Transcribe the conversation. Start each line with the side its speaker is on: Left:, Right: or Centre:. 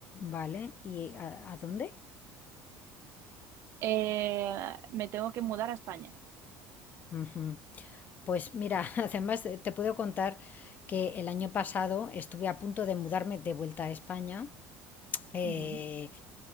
Left: ¿vale? ¿Y a, a dónde?
Right: Eh, me tengo que mudar a España.
Left: Ujú. Pues mira, <laughs> además eh, te puedo contar que el año pasado estuve a punto de mudarme de vuelta a España. eh,
Right: Ujú.